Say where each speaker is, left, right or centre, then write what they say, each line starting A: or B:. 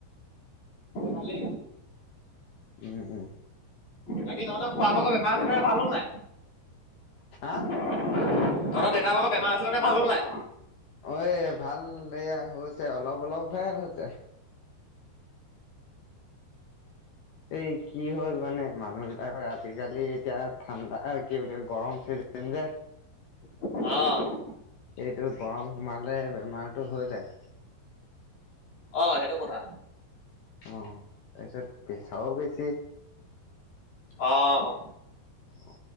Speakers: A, on the left; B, on the left.
A: ভালে।
B: উম উম।
A: বাকি তহঁতৰ খোৱা বোৱা বেমাৰ আমাৰ ভাল হ'ল নাই।
B: হা।
A: তহতৰ দেউতাৰ ভাগৰ বেমাৰ আছিলে নহয় ভাল হ'ল নাই।
B: অ এ ভাল এয়া হৈছে অলপ অলপহে হৈছে। এই কি হ'ল মানে মানুহ বিলাকৰ আজিকালি এতিয়া ঠাণ্ডা কি বুলি গৰম চিজ। সেন যে।
A: অ।
B: এইটো গৰম সোমালে বেমাৰটো হৈ যায়।
A: অ সেইটো কথা।
B: অঁ তাৰপিছত পেচাৰো বেছি।
A: অ অ।
B: অ